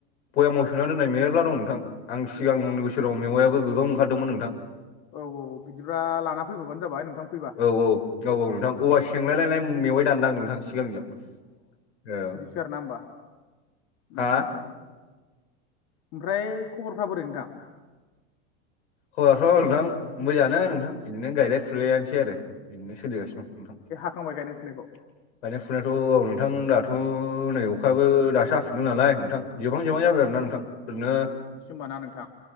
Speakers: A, on the left; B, on the left.
A: बयामाव सोना दोननाय मेरला दं नोंथां आं सिगांनोसि
B: अ
A: सोराव मेवाइाब गोगाव ओंखारदोंमोन नोंथां
B: औ औ बिदिब्ला लाना फैबोबानो जाबाय नोंथां फैबा
A: औ औ औ औ नोंथां औवा सेंलायलायनाय मेवाइ दानदांं नोंथां सिगांनियाव औ
B: सोर ना होमबा उम
A: हा
B: उम उम ओमफ्राय खबरफ्रा बोरै नोंथां?
A: खबराथ' नोंथां मोजाङानो नोंथां बिदिनो गायलाय फुलायानोसै आरो बिदिनो सोलिगासिनो दं नोंथां।
B: खांबाय गायनाय फुनायखौ?
A: गायनाय फुनायाथ' औ नोंथां दाथ' नोय अ खायाबो दासो हफिनदों नालाय नोंथां जबां जबां जाबाय आरो ना नोंथां ओरैनो
B: ए मान नांगौ <inaudible>